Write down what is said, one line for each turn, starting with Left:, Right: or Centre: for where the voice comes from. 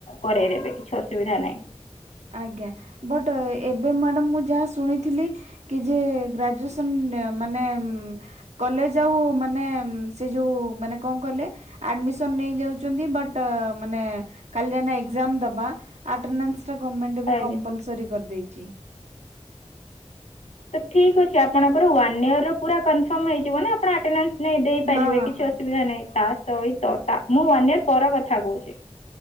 Left: କରରେଇଦେବେ କିଛି ଅସୁବିଧା ନାହିଁ।
Right: ଆଜ୍ଞା ବଟ୍ ଏବେ ମ୍ୟାଡ଼ାମ ମୁଁ ଯାହା ଶୁଣିଥିଲି କି ଯେ ଗ୍ରାଜୁଏସନ୍ ମାନେ କଲେଜ ଆଉ ମାନେ ସେ ଯୋଉ ମାନେ କଣ କହିଲେ ଆଡମିସନ ନେଇଯାଉଛନ୍ତି ବଟ ମାନେ ଖାଲି ଯାଇନା ଏକ୍ଜାମ ଦବା ଆଟେନାନ୍ସ ଗଭର୍ଣ୍ଣମେଣ୍ଟ ଏବେ
Left: ଆଜ୍ଞା
Right: କମ୍ପଲସରି କରିଦେଇଛି।
Left: ତ ଠିକ ଅଛି ଆପଣଙ୍କର ୱାନ୍ ଇୟର ର ପୁରା କନଫର୍ମ ହେଇଯିବନା ଆପଣ ଆଟେନାନ୍ସ ନାଇଁ ଦେଇପାରିବେ
Right: ହଁ ହଁ
Left: କିଛି
Right: ହଁ।
Left: ଅସୁବିଧା ନାହିଁ। ତା ସହିତ ତା ମୁଁ ଇୟର ପର କଥା କହୁଛି।